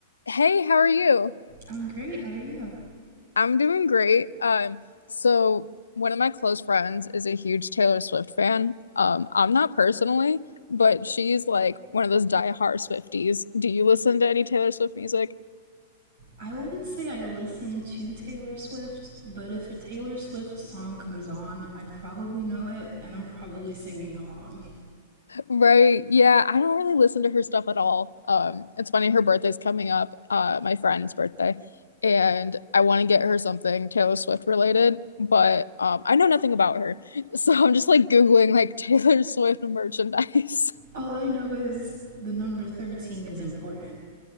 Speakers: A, on the left (about 80°); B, on the right (about 65°).
A: Hey, how are you?
B: I'm great. How are you?
A: I'm doing great. Um, so one of my close friends is a huge Taylor Swift fan. Um, I'm not personally, but she's like one of those die-hard Swifties. Do you listen to any Taylor Swift music?
B: I wouldn't say I listen to Taylor Swift, but if a Taylor Swift song comes on, I probably know it and I'm probably singing along.
A: Right. Yeah, I don't really listen to her stuff at all. Um, it's funny, her birthday's coming up, uh, my friend's birthday, and I want to get her something Taylor Swift related, but um, I know nothing about her. <laughs> So I'm just like Googling like Taylor Swift merchandise.
B: All I know is the number 13 is important.